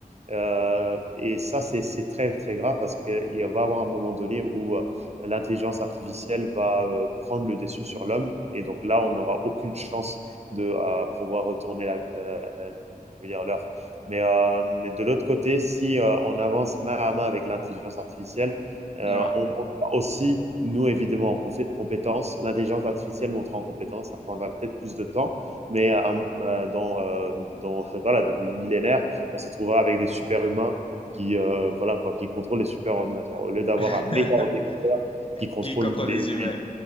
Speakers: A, on the right; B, on the left.
A: Euh, et ça, c'est très, très grave parce qu'il va y avoir un moment donné où euh, l'intelligence artificielle va euh, prendre le dessus sur l'homme. Et donc là, on n'aura aucune chance de euh, pouvoir retourner la, euh, euh, je veux dire l'heure. Mais, euh, mais de l'autre côté, si euh, on avance main à main avec l'intelligence artificielle, euh,
B: Ouais.
A: on montera aussi, nous évidemment, en compétences L'intelligence artificielle montera en compétences, ça prendra peut-être plus de temps, mais euh, euh, dans, euh, dans, <laughs> voilà, dans des millénaires, on se trouvera avec des super humains qui, euh, voilà, quoi, qui contrôlent les super ordinateurs au lieu d'avoir
B: <laughs>
A: un méga ordinateur qui contrôle
B: qui contre
A: des,
B: les humains.
A: des,